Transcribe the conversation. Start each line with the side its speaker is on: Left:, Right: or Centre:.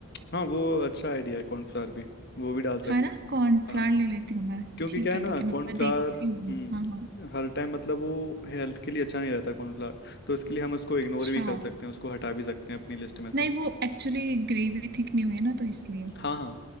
Left: हाँ वो अच्छा आइडिया है कॉर्नफ्लावर भी वो भी डाल सकते
Right: है ना
Left: हैं
Right: कॉर्नफ्लावर
Left: हाँ
Right: ले लेती हूँ मैं
Left: क्योंकि
Right: ठीक
Left: क्या है
Right: है
Left: ना
Right: ठीक है मैं
Left: कॉर्नफ्लावर
Right: देखती
Left: हम्म
Right: हूँ हाँ हाँ
Left: हर टाइम मतलब वो हेल्थ के लिए अच्छा नहीं रहता कॉर्नफ्लावर तो इसके लिए हम उसको इग्नोर
Right: अच्छा
Left: भी कर सकते हैं उसको हटा भी सकते हैं अपनी लिस्ट में से
Right: नहीं वो एक्चुअली ग्रेवी थिक नहीं हुई है ना तो इसलिए
Left: हाँ हाँ